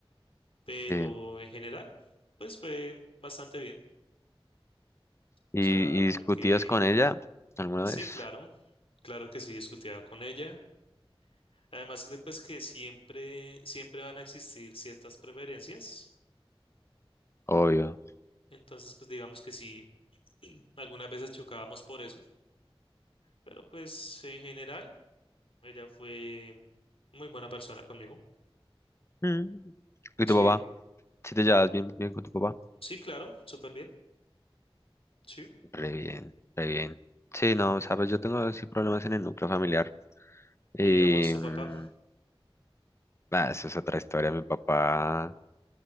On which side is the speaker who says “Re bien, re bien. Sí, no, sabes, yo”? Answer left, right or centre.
Left